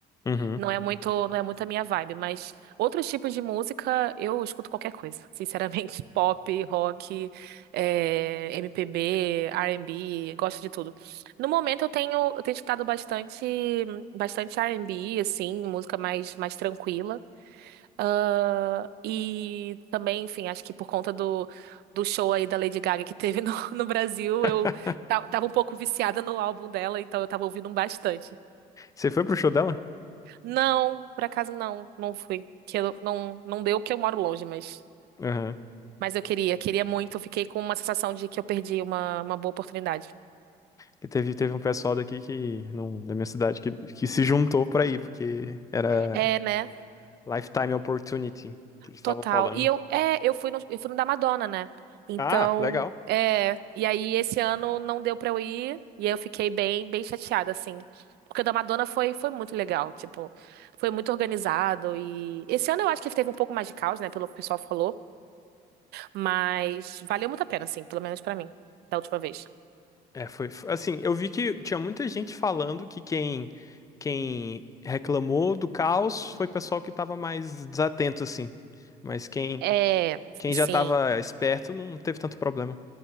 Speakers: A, on the left (about 20°); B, on the right (about 70°).
A: Uhum.
B: Não é muito, não é muito a minha vibe, mas outros tipos de música eu escuto qualquer coisa. Sinceramente, <laughs> pop, rock, eh, MPB, R&B, gosto de tudo. No momento eu tenho, eu tenho escutado bastante, bastante R&B, assim, música mais, mais tranquila. Ah, e também, enfim, acho que por conta do, do show aí da Lady Gaga que teve <laughs> no, no Brasil, eu
A: <laughs>
B: ta- tava um pouco viciada no álbum dela, então eu tava ouvindo bastante.
A: Você foi pro show dela?
B: Não, por acaso não, não fui. Que eu, não, não deu porque eu moro longe, mas,
A: Aham.
B: mas eu queria, queria muito. Fiquei com uma sensação de que eu perdi uma, uma boa oportunidade.
A: Que teve, teve um pessoal daqui que, não, da minha cidade que, que se juntou pra ir, porque era
B: É, né?
A: Lifetime Opportunity que eles estavam
B: Total.
A: falando.
B: E eu, é, eu fui no, eu fui no da Madonna, né? Então,
A: Ah, legal.
B: é, e aí esse ano não deu pra eu ir, e aí eu fiquei bem, bem chateada, assim. Porque o da Madonna foi, foi muito legal, tipo, foi muito organizado e esse ano eu acho que teve um pouco mais de caos, né, pelo que o pessoal falou, mas valeu muito a pena, assim, pelo menos pra mim, da última vez.
A: É, foi, foi- assim, eu vi que tinha muita gente falando que quem quem reclamou do caos foi pessoal que estava mais desatento assim. Mas quem
B: É,
A: quem
B: sim.
A: já estava esperto não teve tanto problema.